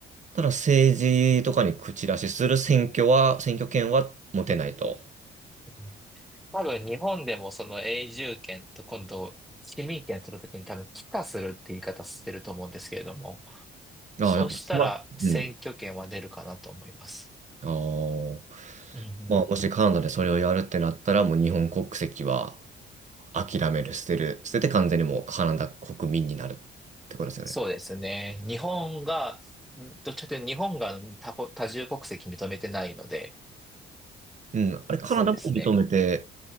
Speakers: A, on the right (about 35°); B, in the centre.
A: ただ政治とかに口出しする選挙は、選挙権は持てないと。
B: うん多分日本でもその永住権と今度市民権取るときに多分帰化するって言い方してると思うんですけれども、
A: ああ、
B: そうしたら選挙権は出るかなと思います。
A: やうっぱ、うん。ああ。
B: うんうん
A: まあ、もしカナダでそれをやるってなったら、もう日本国籍は諦める、捨てる、捨てて完全にもうカナダ国民になるってことですよね。
B: そうですね。日本が、んどっちかというと日本が多国、多重国籍認めてないので、
A: うん。あれ、カナダも認めて
B: そうですね。